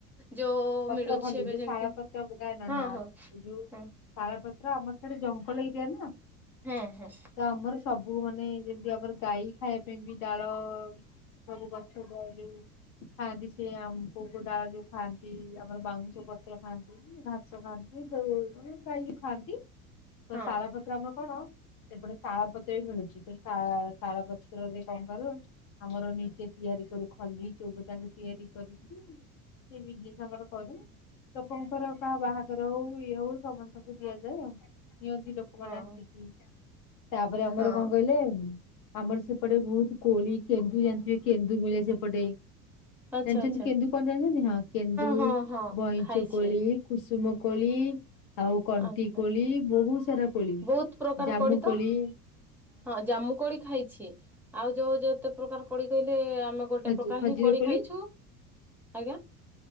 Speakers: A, in the centre; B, on the left.
A: ଯୋଉ
B: ପତ୍ର
A: ମିଳୁଛି
B: ଖଲି
A: ଏବେ
B: ଯୋଉ
A: ଯେମିତି।
B: ଶାଳା ପତ୍ର ବୁଲା ନା
A: ହଁ
B: ନା
A: ହଁ
B: ଯୋଉ ସାଳ
A: ହଁ
B: ପତ୍ର ଆମର ଡେ ଜଙ୍ଗଲ ଏରିଆ ନା।
A: ହୁଁ ହୁଁ।
B: ତ ଆମର ସବୁ ମାନେ ଯେମିତି ଆମର ଗାଈ ଖାଇବା ପାଇଁ ବି ଡାଳ ସବୁ ଗଛ ଦଡଆ ଯାଉ ଖାଆନ୍ତି ସେି ଆମ କକୁ ଡା ଯଉ ଖାଆନ୍ତି ଆମର ବାଉଁଶ ପତ୍ର ଖାଆନ୍ତି ଘାସ ଖାଆନ୍ତି ଗାଈ ବିିଉ ଖାଆନ୍ତି। ତ
A: ହଁ
B: ଶାଳପତ୍ରାମା କଣ? ସେପଟେ ଶାଳ ପତ୍ର ବି ମିଳୁଛି ତ ଶାଳ ପତ୍ରରେ କଣ କରୁ ଆମର ନିଜେ ତିଆରି କରୁ ଖଲି ଚଉବ ତାଙ୍କୁ ତିଆରି କରିକି ସେଇ ବିଜନେସ ଆମର କରୁ। ଲୋକଙ୍କର କାହା ବାହାଘର ହଉ ଇଏ ହଉ ସମସ୍ତଙ୍କୁ ଦିଆଯାଏ ଆଉ। ନିଅନ୍ତି ଲୋକମାନୋନ
A: ହଁ।
B: ଆସିକି ତାପରେ ଆମର
A: ହଁ।
B: କଣ କହିଲେ? ଆମର ସେପଟେ ବହୁତ କୋଳି କେନ୍ଦୁ ଜାଣିଥିବେ କେନ୍ଦୁ ମିଳେ ସେପଟେ।
A: ଆଚ୍ଛା
B: ଜାଣିଛନ୍ତି
A: ଆଚ୍ଛା
B: କେନ୍ଦୁ କଣ ଜାଣିଛନ୍ତି ହଁ। କେନ୍ଦୁ
A: ହଁ ହଁ
B: ବଇଁଚ
A: ଖାଇଛି।
B: କୋଳି କୁସୁମ କୋଳି। ଆଉ କଣ୍ଟି
A: ଆଚ୍ଛା
B: କୋଳି ବହୁତ ସାରା କୋଳି
A: ବହୁତ ପ୍ରକାର
B: ଜାମୁ
A: ତ
B: କୋଳି।
A: ହଁ ଜାମୁ କୋଳି ଖାଇଛି ଆଉ ଯୋଉ ଯେତେ ପ୍ରକାର କଡି କହିଲେ ଆମେ ଗୋଟେ
B: ଖଜ
A: ପ୍ରକାର
B: ଖଜିର
A: ହିଁ କୋଲି
B: କୋଳି
A: ଖାଇଛୁ। ଆଜ୍ଞା।